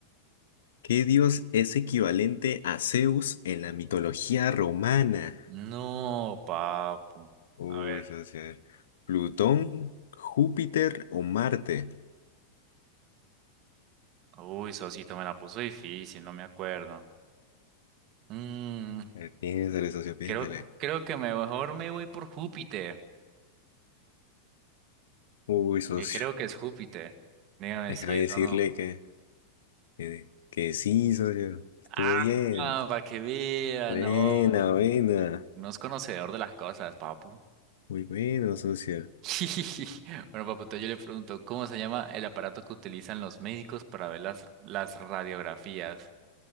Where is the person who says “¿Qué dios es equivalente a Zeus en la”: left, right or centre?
Left